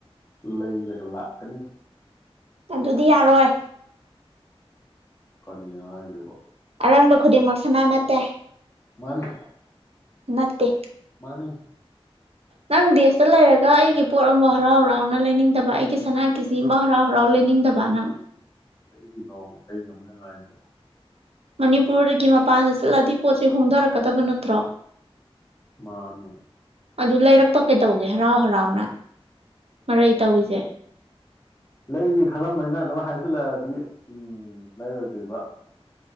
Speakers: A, on the left; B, on the right.
A: ꯂꯩꯔꯒ ꯂꯥꯛꯀꯅꯤ
B: ꯑꯗꯨꯗꯤ ꯌꯥꯔꯣꯏ
A: ꯀꯔꯤꯅꯣ ꯍꯥꯏꯁꯤꯕꯣ
B: ꯑꯔꯪꯕ ꯈꯨꯗꯤꯡꯃꯛ ꯁꯅꯥ ꯅꯠꯇꯦ
A: ꯃꯥꯅꯤ
B: ꯅꯠꯇꯦ
A: ꯃꯥꯅꯦ
B: ꯅꯪ ꯗꯦꯁꯇ ꯂꯩꯔꯒ ꯑꯩꯒꯤ ꯄꯣꯠ ꯑꯃ ꯍꯔꯥꯎ ꯍꯔꯥꯎꯅ ꯂꯩꯅꯤꯡꯗꯕ ꯑꯩꯒꯤ ꯁꯅꯥ ꯀꯦꯖꯤ ꯑꯃ ꯍꯔꯥꯎ ꯍꯔꯥꯎ ꯂꯩꯅꯤꯡꯗꯕ ꯅꯪ
A: ꯀꯩꯒꯤꯅꯣ ꯃꯤ ꯀꯩ ꯅꯣꯕ ꯅꯪ ꯍꯥꯏꯔꯤꯗꯨꯕꯣ
B: ꯃꯅꯤꯄꯨꯔꯗꯒꯤ ꯃꯄꯥꯟꯗ ꯆꯠꯂꯗꯤ ꯄꯣꯠꯁꯦ ꯍꯣꯡꯗꯔꯛꯀꯗꯕ ꯅꯠꯇ꯭ꯔꯣ
A: ꯃꯥꯅꯦ
B: ꯑꯗꯨ ꯂꯩꯔꯛꯄ ꯀꯩꯗꯧꯒꯦ ꯍꯔꯥꯎ ꯍꯔꯥꯎꯅ ꯃꯔꯩ ꯇꯧꯏꯁꯦ
A: ꯂꯩꯅꯤ ꯈꯜꯂꯝꯕꯅꯤ ꯅꯪ ꯑꯗꯨꯝ ꯍꯥꯏꯖꯜꯂꯛꯑꯗꯤ ꯎꯝ ꯂꯩꯔꯣꯏꯗꯣꯏꯕ